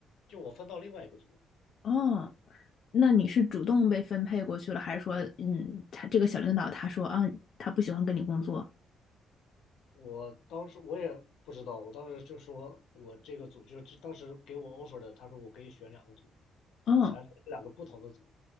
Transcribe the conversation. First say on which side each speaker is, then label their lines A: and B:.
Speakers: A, on the left; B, on the left.
A: 就我分到另外一个组了。
B: 哦，那你是主动被分配过去了，还是说，嗯，他这个小领导他说啊，他不喜欢跟你工作？
A: 我当时我也不知道，我当时就说我这个组就是当时给我 offer 的，他说我可以选两个组，
B: 哦
A: 反正两个不同的组，